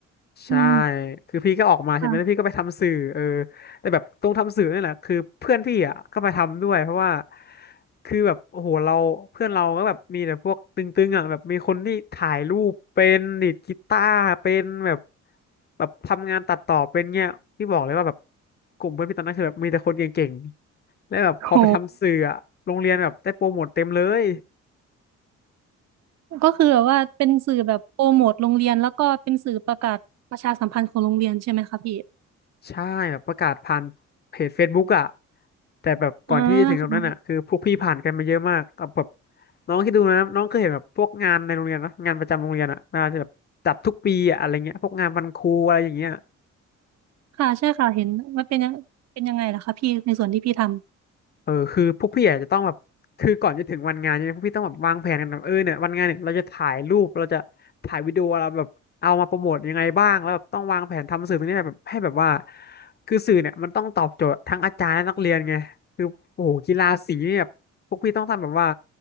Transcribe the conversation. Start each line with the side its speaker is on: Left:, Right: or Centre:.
Left: ใช่
Right: อืม
Left: คือพี่ก็ออกมาใช่ไหมแล้วพี่ก็ไปทำสื่อเออ
Right: ค่ะ
Left: แต่แบบตรงทำสื่อนี่แหละคือเพื่อนพี่อ่ะก็ไปทำด้วยเพราะว่าคือแบบโอ้โหเราเพื่อนเราก็แบบมีแต่พวกตึงๆอ่ะแบบมีคนที่ถ่ายรูปเป็นดีดกีตาร์เป็นแบบแบบทำงานตัดต่อเป็นเงี้ยพี่บอกเลยว่าแบบกลุ่มเพื่อนพี่ตอนนั้นคือแบบมีแต่คนเก่งๆแล้วแบบพอไปทำสื่ออ่ะโรงเรียนแบบได้โปรโมทเต็มเลย
Right: โห ก็คือแบบว่าเป็นสื่อแบบโปรโมทโรงเรียนแล้วก็เป็นสื่อประกาศประชาสัมพันธ์ของโรงเรียนใช่ไหมคะพี่
Left: ใช่แบบประกาศผ่านเพจ Facebook อ่ะแต่แบบก่อนที่จะถึงตรงนั้นอ่ะคือพวกพี่ผ่านกันมาเยอะมากเอาแบบ
Right: อ่าค่ะ
Left: น้องคิดดูนะน้องเคยเห็นแบบพวกงานในโรงเรียนนะงานประจำโรงเรียนอ่ะน่าจะแบบจัดทุกปีอ่ะอะไรเงี้ยพวกงานวันครูอะไรอย่างเงี้ย
Right: ค่ะใช่ค่ะเห็นว่าเป็นยังเป็นยังไงล่ะคะพี่ในส่วนที่พี่ท
Left: เออคือพวกพี่อาจจะต้องแบบคือก่อนจะถึงวันงานเนี่ยพวกพี่ต้องแบบวางแผนกันแบบเออเนี่ยวันงานเนี่ยเราจะถ่ายรูปเราจะถ่ายวิดีโอเราแบบเอามาโปรโมทยังไงบ้างแล้วแบบต้องวางแผนทำสื่อตรงนี้แบบให้แบบว่าคือสื่อเนี่ยมันต้องตอบโจทย์ทั้งอาจารย์และนักเรียนไงคือโอ้โหกีฬาสีเนี่ยแบบพวกพี่ต้องทำแบบว่า